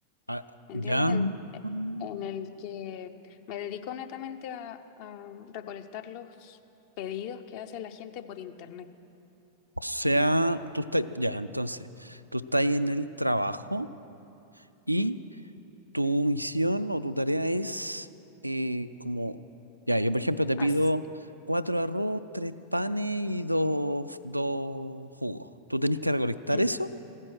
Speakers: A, on the right (about 85°); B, on the left (about 45°).
A: Ah,
B: entiendes?
A: ya.
B: En,
A: mm,
B: en el que me dedico netamente a, a recolectar los pedidos que hace la gente por internet.
A: O sea, tú estás, ya, entonces, tú estás en el trabajo y tu misión o tu tarea es eh, como, ya, yo por ejemplo te pido
B: As-
A: cuatro arroz, tres panes y dos, dos jugos. Tú tenés que recolectar
B: eh,
A: eso,